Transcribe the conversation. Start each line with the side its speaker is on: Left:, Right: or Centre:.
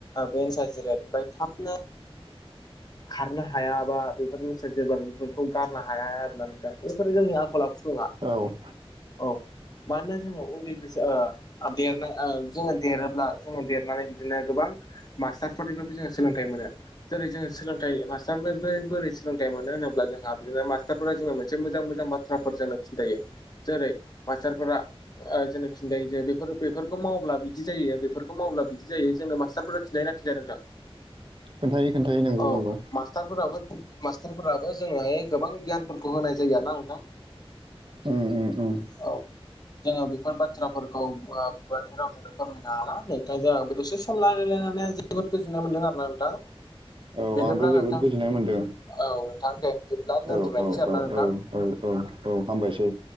Left: बेनसार जिराद फ्राय थाबनो। खारनो हाया बा बेफोरनि स बेफोरखौ गारनो हाया आर ना दा बेफोरो जोंनि आखल आखु नंआ <unintelligible>
Right: औ।
Left: औ मानोना जोङो उन्दै बैसो। देरना ओ जोङो देरोब्ला जोङो देरनानै बिदिनो गोबां। मास्टारफोरनिफ्रायबो जोङो सोलोंथाइ मोनो। जेरै जोङो सोलोंथाइ मास्टारनि बोरै सोलोंथाइ मोनो होनोब्ला जोंहा बिदिनो मास्टारफोरा जो मोनसे मोजां मोजां बाथ -थ्राफोर जोंनो खिन्थायो जेरै मास्टारफोरा जोङो खिन्थायो जे जायो बेफोर बेफोरखौ मावब्ला बिदि जायो बेफोरखौ मावब्ला बिदि जायो जोङो मास्टार खिनथायोना खिनथाया नोंथां
Right: खोन्थायो खोन्थायो नंगौ
Left: औ
Right: नंगौ
Left: मा- -स्टारफोराबो मास्टारफोराबो जोंनोहाय गोबां गियानफोरखौ होनाय जायो आरोना नोंथां
Right: उम उम उम
Left: औ जोङो बेफोर बाथ्राफोरखौ खुगानि रावजोंनो फोरमायनो हाला नोंथां जों दसे सम लायरायलायनानै जोबोद गोजोननाय मोन्दों आरो ना नोंथां
Right: औ
Left: बिदिब्ला
Right: आंबो जोबोद
Left: नोंथां औ
Right: गोजोननाय मोनदों
Left: नोंथां दे बिदिब्ला
Right: औ
Left: दोनथ'लायनोसै
Right: औ
Left: आरो ना नोंथां
Right: औ औ औ हामबायसै